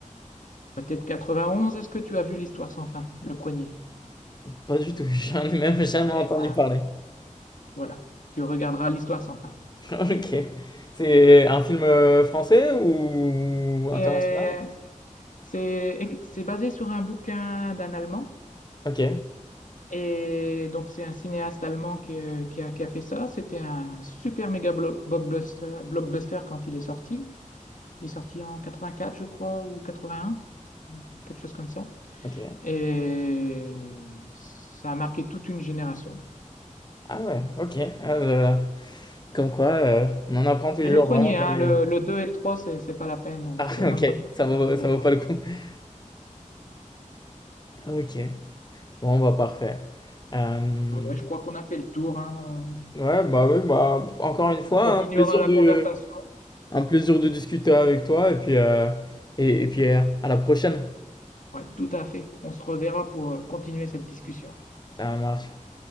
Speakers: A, on the left; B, on the left.
A: Peut-être 91, est-ce que tu as vu L'Histoire sans fin, le premier?
B: Pas du tout, <laughs> j'en ai même jamais
A: Et
B: entendu
A: bah,
B: parler.
A: voilà, tu regarderas l'histoire sans fin.
B: <laughs> Ok. C'est un film euh, français ou international?
A: Et, euh, c'est c'est basé sur un bouquin d'un Allemand.
B: Ok.
A: Et donc, c'est un cinéaste allemand qui, euh, qui a, qui a fait ça. C'était un super méga blo- blockbuster, blockbuster quand il est sorti. Il est sorti en 84, je crois, ou 81, quelque chose comme ça.
B: Ok.
A: Et ça a marqué toute une génération.
B: Ah ouais, ok. Ah, euh, comme quoi, euh, on en apprend toujours,
A: Mais le premier,
B: vraiment
A: hein,
B: jamais.
A: le,
B: <laughs>
A: le 2 et le trois, c'est c'est pas la peine.
B: Ah
A: C'est même
B: ok,
A: pas
B: ça vaut,
A: la peine.
B: ça vaut pas le coup. <laughs> Ok. Bon, bah parfait. Euh,
A: Bah ouais, je crois qu'on a fait le tour, hein.
B: Ouais, bah oui, bah encore une fois,
A: On continuera
B: un plaisir
A: la
B: de,
A: conversation.
B: un plaisir de discuter avec toi et puis, euh, et, et puis euh, à la prochaine.
A: Ouais, tout à fait. On se reverra pour euh, continuer cette discussion.
B: Ça marche.